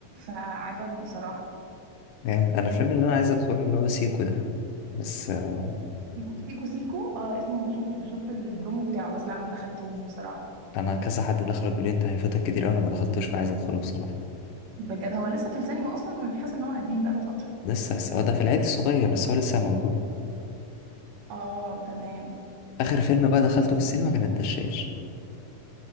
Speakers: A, on the right; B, on the left.
A: فعجبني بصراحه
B: جامد انا الفيلم اللي انا عايز ادخله اللي هو سيكو ده بس آه...
A: سيكو سيكو سيكو اه اسمه شفته شفت البرومو بتاعه بس لا ما دخلتوش بصراحة
B: انا كذا حد دخله بيقول لي انت هيفوتك كتير اوي انا ما دخلتوش فعايز ادخله بصراحه
A: بجد هو لسه في السينما اصلا انا حاسة ان هو قديم بقاله فترة
B: لسه بس هو ده في العيد الصغير بس هو لسه موجود
A: اه تمام
B: اخر فيلم بقى دخلته في السينما كان الدشاش